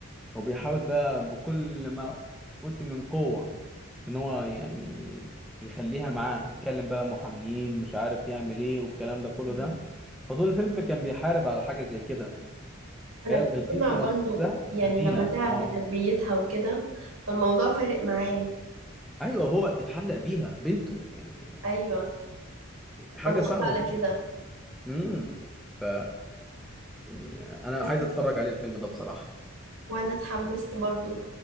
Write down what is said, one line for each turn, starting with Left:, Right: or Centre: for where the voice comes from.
Centre: هو بيحاول بقى بكل ما اوتي من قوه ان هو يعني يخليها معاه يكلم بقى محاميين مش عارف يعمل ايه والكلام ده كله
Right: مم.
Centre: ده فطول الفيلم كان بيحارب على حاجه زي كده
Right: أنا
Centre: هي القصه
Right: بسمع برضو
Centre: نفسها
Right: يعني
Centre: حزينه
Right: لما تعب
Centre: اه
Right: بتربيتها وكده فالموضوع فارق معاه
Centre: ايوه هو اتعلق بيها بنته يعني
Right: أيوة
Centre: حاجه
Right: ما أنا قصدي
Centre: صعبه
Right: على
Centre: برضه
Right: كده
Centre: امم ف يعني انا
Right: بس
Centre: عايز اتفرج عليه الفيلم ده بصراحة
Right: وأنا اتحمست برضو